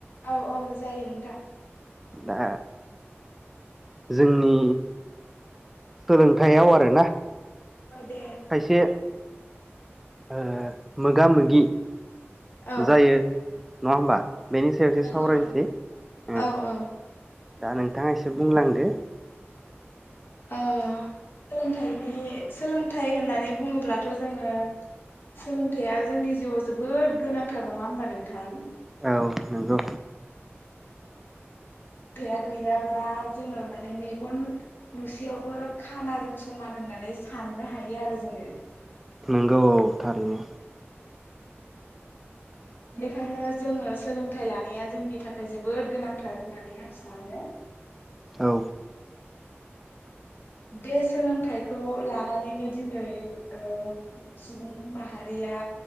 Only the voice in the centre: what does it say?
दा जोंनि सोलोंथाइयाव आरोना खायसे
ओ मोगा मोगि
जायो। नङा होमबा? बेनि सायाव एसे
सावरायनोसै
ओं।
दा नोंथाङा एसे बुंलांदो।
औ नंगौ।
नंगौ औ थारैनो।
औ